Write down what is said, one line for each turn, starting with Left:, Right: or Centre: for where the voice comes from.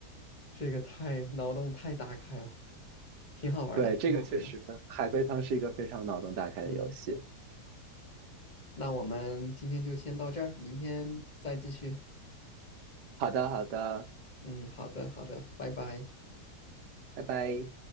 Left: 这个太脑洞太大开了，挺好玩儿的，
Right: 对，
Left: 挺好玩儿的。
Right: 这个确实，海龟汤是一个非常脑洞大开的游戏。
Left: 嗯，那我们今天就先到这儿，明天再继续。
Right: 好的，好的，
Left: 嗯，好的，好的，拜拜。
Right: 拜拜。